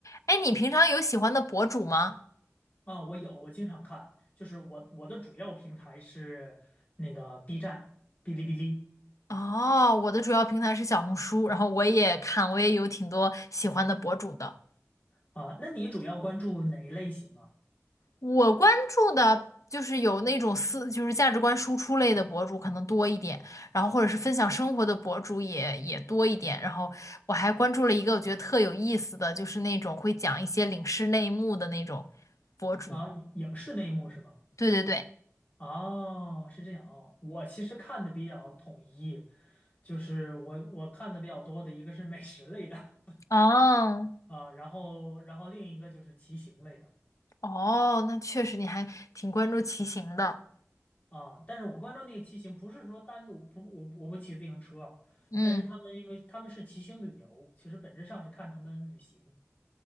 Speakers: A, on the left; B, on the left.
A: 哎，你平常有喜欢的博主吗？
B: 啊，我有，我经常看，就是我我的主要平台是那个 B 站、哔哩哔哩
A: 哦，我的主要平台是小红书，然后我也看，我也有挺多喜欢的博主的。
B: 啊。那你主要关注哪一类型啊？
A: 我关注的就是有那种思，就是价值观输出类的博主可能多一点，然后或者是分享生活的博主也也多一点。然后我还关注了一个我觉得特有意思的，就是那种会讲一些领事内幕的那种博主。
B: 啊，影影视内幕是吗？
A: 对对对，
B: 哦，是这样啊。我其实看的比较统一，就是我我看的比较多的一个是美食类的
A: 哦
B: 啊，然后然后另一个就是骑行类的
A: 哦，那确实你还挺关注骑行的。
B: 啊。但是我关注那个骑行，不是说单独不我我不骑自行车啊，
A: 嗯，
B: 但是他们因为他们是骑行旅游，其实本质上是看他们旅行。